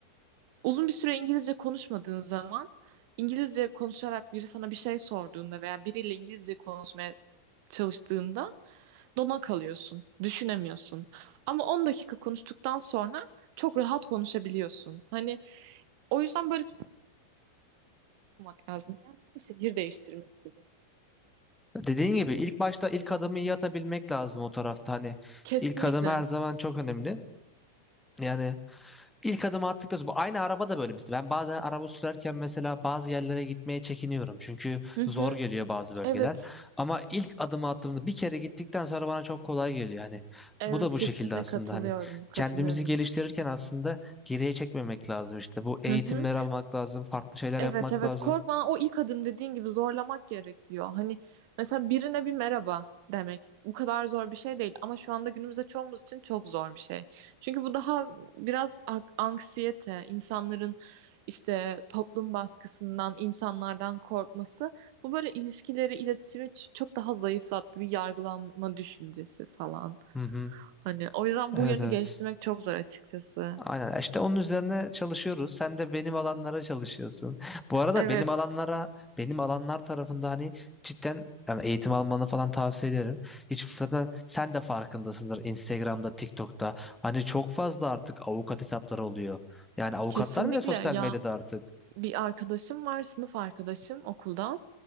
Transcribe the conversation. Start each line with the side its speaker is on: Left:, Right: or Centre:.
Right: uzun bir süre İngilizce konuşmadığın zaman İngilizce konuşarak biri sana bir şey sorduğunda veya biriyle İngilizce konuşmaya çalıştığında dona kalıyorsun, düşünemiyorsun. Ama 10 dakika konuştuktan sonra çok rahat konuşabiliyorsun. Hani o yüzden böyle çok olmak lazım. Yani şehir değiştirmek gibi.
Centre: Dediğin gibi ilk başta ilk adımı iyi atabilmek lazım o tarafta. Hani
Right: Kesinlikle.
Centre: ilk adım her zaman çok önemli. Yani İlk adımı attıktan sonra bu aynı araba da böyle mesela ben bazen araba sürerken mesela bazı yerlere gitmeye çekiniyorum çünkü
Right: Hı hı.
Centre: zor geliyor bazı bölgeler
Right: Evet.
Centre: ama ilk adımı attığımda bir kere gittikten sonra bana çok kolay geliyor hani
Right: Evet
Centre: bu da bu
Right: kesinlikle
Centre: şekilde aslında
Right: katılıyorum.
Centre: hani
Right: Katılıyorum.
Centre: kendimizi geliştirirken aslında geriye çekmemek lazım işte bu eğitimleri
Right: Hı hı.
Centre: almak lazım farklı şeyler
Right: Evet
Centre: yapmak
Right: evet
Centre: lazım.
Right: korkma o ilk adım dediğin gibi zorlamak gerekiyor. Hani mesela birine bir merhaba demek bu kadar zor bir şey değil ama şu anda günümüzde çoğumuz için çok zor bir şey. Çünkü bu daha biraz ak- anksiyete, insanların işte toplum baskısından, insanlardan korkması bu böyle ilişkileri, iletişimi ç- çok daha zayıflattı bir yargılanma düşüncesi falan.
Centre: Hı hı.
Right: Hani o yüzden
Centre: Evet
Right: bu yönü
Centre: evet.
Right: geliştirmek çok zor açıkçası.
Centre: Aynen işte onun üzerine çalışıyoruz. Sen de benim alanlara çalışıyorsun. <laughs> Bu arada
Right: Evet,
Centre: benim alanlara benim alanlar tarafında hani cidden yani eğitim almanı falan tavsiye ederim. Hiç zaten sen de farkındasındır Instagram'da, TikTok'ta. Hani çok fazla artık avukat hesapları oluyor. Yani avukatlar
Right: kesinlikle
Centre: bile sosyal
Right: ya
Centre: medyada artık.
Right: bir arkadaşım var, sınıf arkadaşım okuldan.